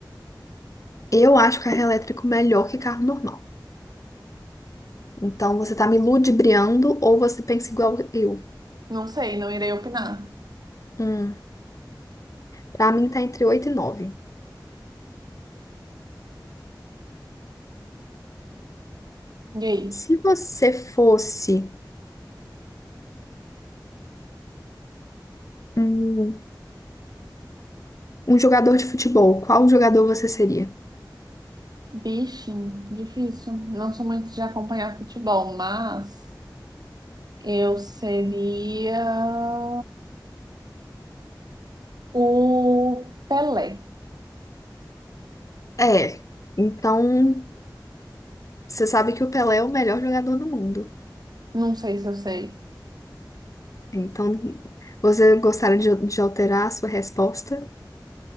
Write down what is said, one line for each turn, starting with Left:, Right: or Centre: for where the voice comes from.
Left: Eu acho carro elétrico melhor que carro normal. Então você tá me ludibriando ou você pensa igual eu?
Right: Não sei, não irei opinar.
Left: Hum, para mim tá entre 8 e 9.
Right: E aí?
Left: Se você fosse um, um jogador de futebol, qual jogador você seria?
Right: Vixe, difícil. Não sou muito de acompanhar futebol, mas eu seria o Pelé.
Left: É, então você sabe que o Pelé é o melhor jogador do mundo.
Right: Não sei se eu sei.
Left: Então você gostaria de, de alterar a sua resposta?